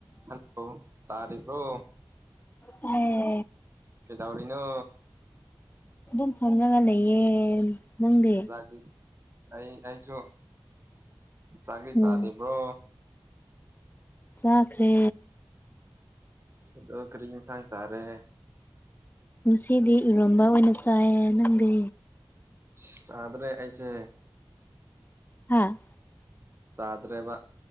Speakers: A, on the right; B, on the left.
A: hello ꯇꯥꯔꯤꯕꯔꯣ
B: ꯇꯥꯏꯌꯦ
A: ꯀꯩꯗꯧꯔꯤꯅꯣ
B: ꯑꯗꯨꯝ ꯐꯝꯔꯒ ꯂꯩꯌꯦ ꯅꯪꯗꯤ
A: ꯆꯥꯛꯂꯤ ꯑꯩ ꯑꯩꯁꯨ ꯆꯥꯛꯂꯤ
B: ꯑꯣ
A: ꯇꯥꯔꯤꯕ꯭ꯔꯣ
B: ꯆꯥꯈ꯭ꯔꯦ
A: ꯗꯣ ꯀꯔꯤ ꯌꯦꯟꯁꯥꯡ ꯆꯥꯔꯦ
B: ꯉꯁꯤꯗꯤ ꯏꯔꯣꯟꯕ ꯑꯣꯏꯅ ꯆꯥꯏꯌꯦ ꯅꯪꯗꯤ
A: ꯆꯥꯗ꯭ꯔꯦ ꯑꯩꯁꯦ
B: ꯍꯥꯥ
A: ꯆꯥꯗ꯭ꯔꯦꯕ